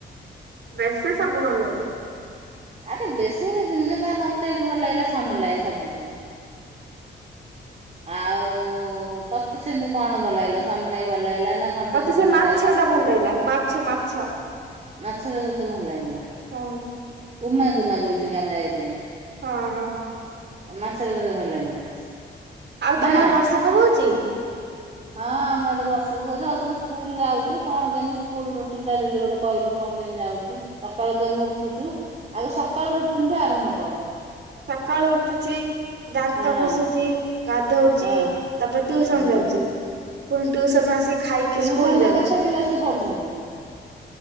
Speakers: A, on the right; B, on the right.
A: ବେଶୀ ସବୁ ଭଲ ଲାଗିଲା।
B: ଆରେ ବେଶୀ ଗୋଟେ ଜିନିଷ ତ ମତେ ବି ଭଲ ଲାଗିଲା ସମଲାଇ ସବୁଠୁ। ଆଉ ତତେ ସେମିତି କଣ ଭଲ ଲାଗିଲା ସମଲାଇ ଭଲ ଲାଗିଲା ନା ଘଣ୍ଟେଶ୍ଵରୀ
A: ମତେ ସେ
B: ଭଲ
A: ମାଛଟା ଭଲ ଲାଗିଲା ମାଛ-ମାଛ।
B: ମାଛଟା ତତେ ଭଲ ଲାଗିଲା
A: ହଁ
B: ଉମା ଦୁମା ଯୋଉଠିକି ଆମେ ଯାଇଥିଲେ।
A: ହଁ-ହଁ।
B: ମାଛଟା ତେତେ ଭଲ ଲାଗିଲା?
A: ଆଉ
B: ନା
A: ତମର ବର୍ଷା ପକଉଚି?
B: ହଁ ଆମ ଆଡେ ବର୍ଷା ପକଉଚି, ଆଉ ତମ ସ୍କୁଲ ଯାଉଚୁ କଣ କେମିତି ସ୍କୁଲ ରୁଟିନ ଟା ଡେଲି ଗୋଟେ କହିଲୁ କଣ କେମିତି ଯାଉଚୁ ସକାଳୁ କେମିତି ଉଠୁଚୁ ଆଗ ସକାଳୁ ରୁଟିନ ଟୁ ଆରମ୍ଭ କର?
A: ସକାଳୁ ଉଠୁଛି ଦାନ୍ତ
B: ହଁ
A: ଘଷୁଚି ଗାଧଉଚି
B: ହଁ
A: ତାପରେ ଟ୍ୟୁସନ୍
B: ହଁ
A: ଯାଉଛି ପୁଣି ଟ୍ୟୁସନ ଆସି ଖାଇକି
B: ଟ୍ୟୁସନ
A: ସ୍କୁଲ ଯାଉଛି
B: ରେ କେତେ ପିଲା ସବୁ ପଢୁଚନ୍ତି?